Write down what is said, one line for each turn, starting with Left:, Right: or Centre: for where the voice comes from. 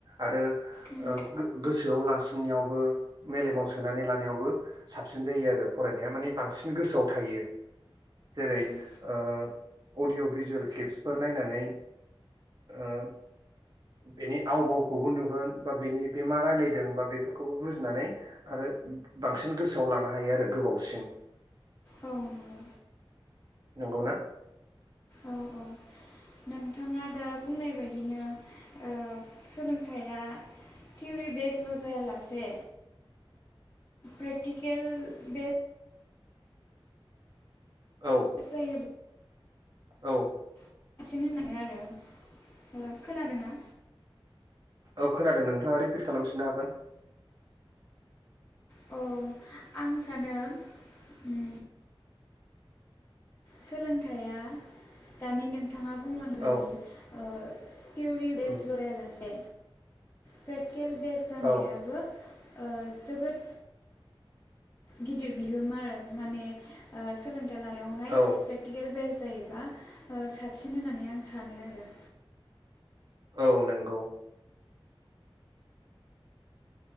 Right: आरो ओ
Left: उम
Right: गो गोसो गोसोआव लासिननायावबो मेलेमाव सोनानै लानायावबो साबसिन जायो आरो फरायनाया माने बांसिन गोसोआव थायो जेरै
Left: औ
Right: ओ अडअ' भिजुयेल क्लिप्सफोर नायनानै ओ बेनि आवबावखौबो नुगोन बा बेनि बेमा रायलायदों बा बेफोरखौबो बुजिनानै आरो बांसिन गोसोआव लानो हायो आरो गोबावसिन
Left: औ नंगौ
Right: नंगौ ना
Left: औ औ नोंथाङा दा बुंनाय बायदिनो ओ सोलोंथाइया थिउरि बेस्ल' जायालासे प्रेक्टिकेल बे
Right: औ
Left: स जायोब्ला
Right: औ
Left: <unintelligible> होननानै आरो हेल' खोनादोंना
Right: औ खोनादों नोंथाङा रिपिट खालामफिननो हागोन
Left: अ आं सानो उम सोलोंथाइया दानि नों थाङा बुंलांनाय बायदि
Right: औ
Left: ओ थिउरि बेस्ल'
Right: उम
Left: जायालासे प्रे क्टिकेल बेस जानायाबो
Right: औ
Left: ओ जोबोद गिदिर बिहोमा आरो माने ओ सोलोंथाइ लानायावहाय
Right: औ
Left: प्रेक्टिकेल बेस जायोबा ओ साबसिन होननानै आं सानो आरो
Right: औ नंगौ